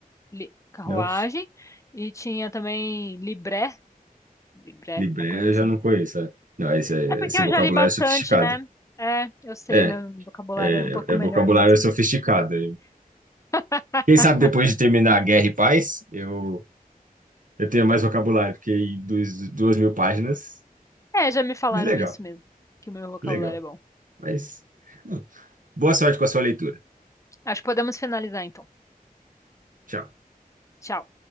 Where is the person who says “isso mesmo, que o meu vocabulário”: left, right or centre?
Left